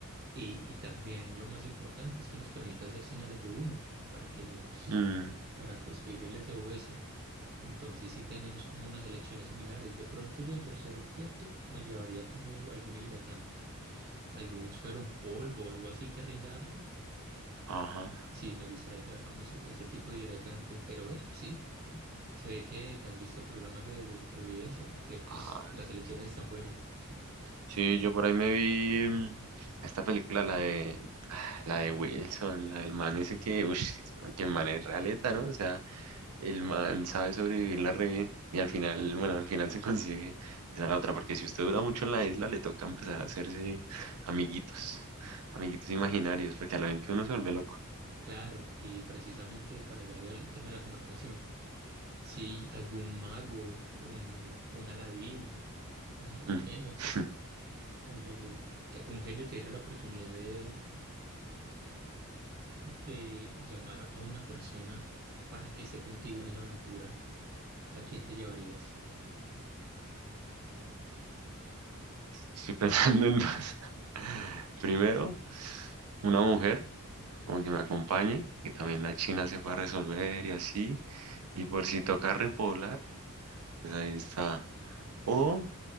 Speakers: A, on the right (about 45°); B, on the right (about 85°).
A: y, y también lo más importante es que nos permite hacer señales de humo para que nos,
B: Mm,
A: para pues pedir el SOS. Entonces sí tenemos como unas elecciones similares. De pronto yo de tercer objeto me llevaría como algún hidratante, algún suero en polvo, algo así que rinda harto.
B: ajá.
A: Sí, me gustaría llevar como ese, ese tipo de hidratante, pero eh, sí. Se ve que, que has visto programas de, de supervivencia porque pues,
B: Ah,
A: las elecciones están buenas.
B: Sí, yo por ahí me vi mm, esta película, la de, <sighs> ah, la de Wilson, la del man ese que, uff, <laughs> que el man es realeta, ¿no? O sea, el man sabe sobrevivirla re bien y al final, bueno, al final se <laughs> consigue esa la otra, porque si usted dura mucho en la isla, le toca empezar a hacerse amiguitos, amiguitos imaginarios, porque a la vez que uno se vuelve loco.
A: Claro, y precisamente para allá iba el tema de la conversación. Si algún mago, un, un Aladín, un, un
B: Mm.
A: genio, <laughs>
B: <laughs>
A: un genio, eh, un genio te diera la oportunidad de, de llamar a una persona para que esté contigo en esa aventura, ¿a quién te llevarías?
B: Estoy pensando en dos. <laughs> Primero, una mujer como que me acompañe, que también la China sepa resolver y así, y por si toca repoblar, pues ahí está. O,